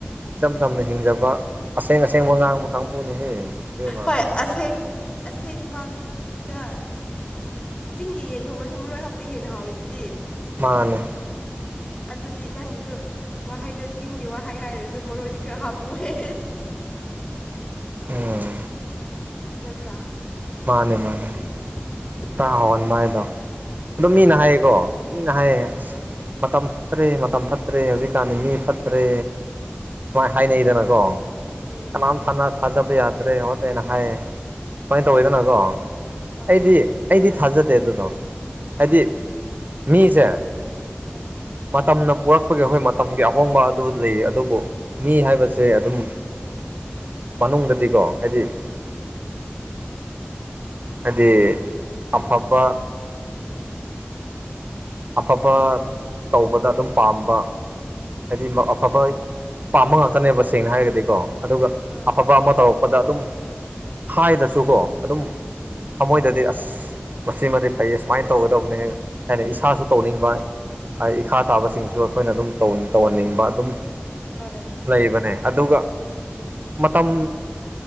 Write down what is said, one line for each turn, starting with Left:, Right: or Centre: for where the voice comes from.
Right: ꯏꯆꯝ ꯆꯝꯅ ꯍꯤꯡꯖꯕ ꯑꯁꯦꯡ ꯑꯁꯦꯡꯕ ꯉꯥꯡꯕ ꯀꯥꯡꯕꯨꯅꯦꯍꯌꯦ ꯏꯦꯝꯃ
Left: ꯍꯣꯏ ꯑꯁꯦꯡ ꯑꯁꯦꯡꯕ ꯏꯇꯥ ꯆꯤꯡꯒꯤ ꯌꯦꯟ ꯊꯣꯡꯉꯁꯨ ꯃꯔꯣꯏ ꯍꯥꯞꯄꯗꯤ ꯍꯦꯟꯅ ꯍꯥꯎꯔꯤꯗꯨꯗꯤ
Right: ꯃꯥꯟꯅꯦ
Left: ꯑꯗꯨꯗꯤ ꯅꯪꯒꯤꯁꯨ ꯋꯥꯍꯩꯗꯣ ꯆꯤꯡꯒꯤ ꯋꯥꯍꯩ ꯍꯥꯏꯔꯁꯨ ꯃꯔꯣꯏꯗꯤ ꯈꯔ ꯍꯥꯞꯄꯣꯛꯑꯦ
Right: ꯎꯝ
Left: ꯅꯆꯥ
Right: ꯃꯥꯅꯦ ꯃꯥꯅꯦ
Left: <inaudible>
Right: <inaudible> ꯍꯥꯏꯗꯣ ꯑꯗꯨꯝ ꯃꯤꯅ
Left: ꯍꯣꯏ
Right: ꯍꯥꯏꯌꯦꯀꯣ ꯃꯤꯅ ꯍꯥꯏꯌꯦ ꯑꯁ ꯃꯇꯝ ꯐꯠꯇ꯭ꯔꯦ ꯃꯇꯝ ꯐꯠꯇ꯭ꯔꯦ ꯍꯧꯖꯤꯛꯀꯥꯟꯗꯤ ꯃꯤ ꯐꯠꯇ꯭ꯔꯦ ꯃꯥꯏ ꯍꯥꯏꯅꯩꯗꯅ ꯀꯣ
Left: ꯑꯣ
Right: ꯌꯥꯝ ꯊꯥꯖꯕ ꯌꯥꯗ꯭ꯔꯦ ꯍꯣꯠꯂꯦꯅ ꯍꯥꯏꯌꯦ ꯁꯨꯃꯥꯏꯅ ꯇꯧꯋꯤꯗꯅꯀꯣ
Left: ꯍꯣꯏ
Right: ꯑꯩꯗꯤ ꯑꯩꯗꯤ ꯊꯥꯖꯗꯦ ꯑꯗꯨꯅꯣ ꯍꯥꯏꯗꯤ ꯃꯤꯁꯦ
Left: ꯑꯥ
Right: ꯃꯇꯝꯅ ꯄꯔꯛꯄꯒꯤ ꯍꯈꯣꯏ ꯃꯇꯝꯒꯤ ꯑꯍꯣꯡꯕ ꯑꯗꯨ ꯂꯩꯌꯦ ꯑꯗꯨꯕꯨ ꯃꯤ ꯍꯥꯏꯕꯁꯤ ꯁꯦ ꯑꯗꯨꯝ ꯃꯅꯨꯡꯗꯗꯤꯀꯣ ꯍꯥꯏꯗꯤ ꯍꯥꯏꯗꯤ ꯑꯐꯕ ꯑꯐꯕ ꯇꯧꯕꯗ ꯑꯗꯨꯝ ꯄꯥꯝꯕ ꯍꯥꯏꯗꯤ ꯑꯐꯕ ꯄꯥꯝꯕ ꯉꯥꯛꯇꯅꯦꯕ ꯁꯦꯡꯅ ꯍꯥꯏꯔꯒꯗꯤꯀꯣ ꯑꯗꯨꯒ
Left: ꯍꯣꯏ
Right: ꯑꯐꯕ ꯑꯃ ꯇꯧꯔꯛ ꯗ ꯑꯗꯨꯝ ꯍꯥꯏꯗꯁꯨꯀꯣ ꯑꯗꯨꯝ
Left: ꯎꯝ
Right: ꯊꯃꯣꯏꯗꯗꯤ ꯑꯁ ꯃꯁꯤꯃꯗꯤ ꯐꯩꯌꯦ ꯁꯨꯃꯥꯏꯅ ꯇꯧꯒꯗꯕꯅꯦ ꯍ ꯍꯥꯏꯅ ꯏꯁ ꯏꯁꯥꯁꯨ ꯇꯧꯅꯤꯡꯕ ꯏꯈꯥ ꯇꯥꯕꯁꯤꯡꯁꯨ ꯑꯩꯈꯣꯏꯅ ꯑꯗꯨꯝ ꯇꯧꯍꯟꯅꯤꯡꯕ ꯑꯗꯨꯝ
Left: ꯍꯣꯏ
Right: ꯂꯩꯕꯅꯦ ꯑꯗꯨꯒ ꯃꯇꯝ